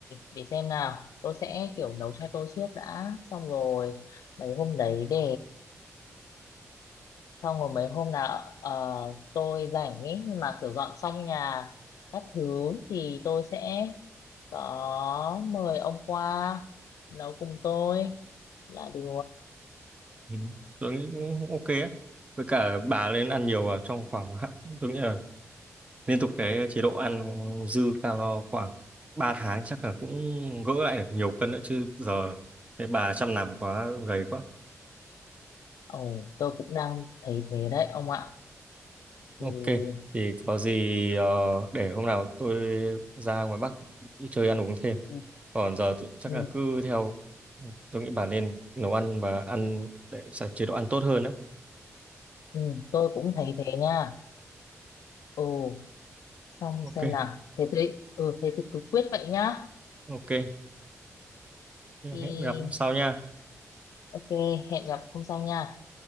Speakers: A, on the left; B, on the right.
A: để xem nào tôi sẽ kiểu nấu cho tôi trước đã xong rồi mấy hôm đấy để xong rồi mấy hôm nào ờ, tôi rảnh ý mà kiểu dọn xong nhà các thứ thì tôi sẽ có mời ông qua nấu cùng tôi là được
B: Ừ, tôi nghĩ cũng ok á với cả bà lên ăn nhiều vào trong khoảng hạn- tôi nghĩ là liên tục cái chế độ ăn dư calo khoảng 3 tháng chắc là cũng gỡ lại được nhiều cân nữa chứ giờ cái bà chăm nằm quá gầy quá
A: ồ tôi cũng đang thấy thế đấy ông ạ
B: ok
A: thì
B: thì có gì ờ, để hôm nào tôi ra ngoài Bắc đi chơi ăn uống thêm
A: Ừ.
B: còn giờ tự- chắc
A: ừ,
B: là cứ theo tôi nghĩ bà nên nấu ăn và ăn để sạch chế độ ăn tốt hơn đó
A: ừ, tôi cũng thấy thế nha Ồ xong
B: ok
A: xem nào thế tôi ừ thế tôi cứ quyết vậy nhá
B: ok
A: thì
B: hẹn gặp sau nha
A: Ok, hẹn gặp hôm sau nha.